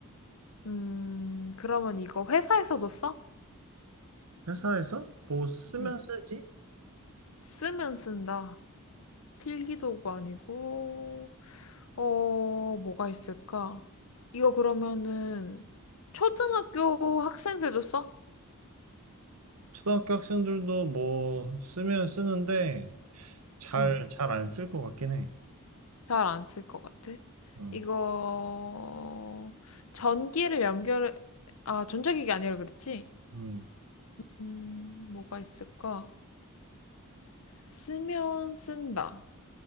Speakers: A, on the left; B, on the right.
A: 음, 그러면 이거 회사에서도 써?
B: 회사에서 뭐 쓰면
A: 음,
B: 쓰지?
A: 쓰면 쓴다. 필기도구 아니고, 어, 뭐가 있을까? 이거 그러면은 초등학교 학생들도 써?
B: 초등학교 학생들도 뭐 쓰면 쓰는데 잘,
A: 음,
B: 잘 안 쓸 것 같긴 해.
A: 잘 안 쓸 것 같아.
B: 어,
A: 이거 전기를 연결, 아, 전자기기 아니라 그랬지?
B: 음,
A: 음, 뭐가 있을까? 쓰면 쓴다.